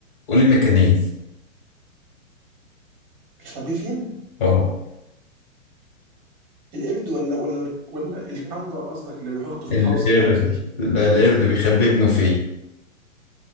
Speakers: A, on the left (about 40°); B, on the right (about 30°).
A: قول لي مكانين
B: بيخبيه فين؟
A: اه
B: القرد ولا ولا ولا الكنغر قصدك اللي بيحطه في
A: القرد
B: الحافظه بتاعته دي
A: لا القرد بيخبي ابنه فين
B: ال-